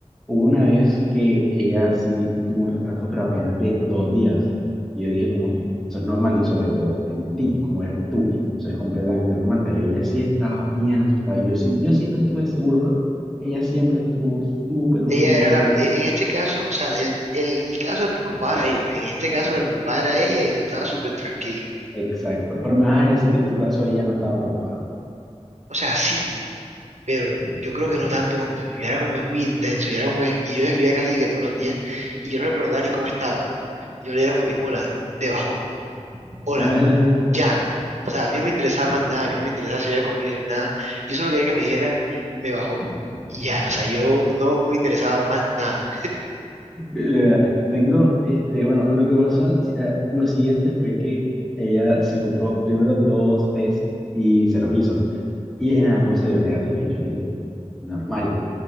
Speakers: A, in the centre; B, on the right (about 80°).
A: hubo una vez que ella sí tuvo un retraso, pero apenas de dos días. Y yo dije como que eso es normal y sobre todo en ti, como eres tú, eso es completamente normal, pero ella sí estaba bien asustada y yo siempre, yo siempre estuve seguro, pero ella siempre estuvo súper,
B: Ella
A: súper
B: era la, e- en este caso, o sea, el, el- en mi caso el preocupado era yo, en este caso la preocupada era ella y tú estabas súper tranquilo.
A: Exacto, pero me vas a decir que en tu caso ella no estaba preocupada.
B: O sea, sí, pero yo creo que no tanto como yo. Yo era como que muy intenso, yo era como que, y yo le escribía casi que todos los días y yo no le preguntaba ni cómo estaba. Yo le decía como que, hola, te bajó, hola,
A: <laughs>
B: ya. O sea, a mí no me interesaba más nada, a mí no me interesaba si había comido nada. Yo solo quería que me dijera, me bajó, y ya. O sea, yo no me interesaba más nada.
A: Eh, Tengo, este, bueno, lo que pasó, al- si, eh, lo siguiente fue que ella se compró primero dos test y se los hizo. Y en ambos salieron negativos y yo le dije, normal.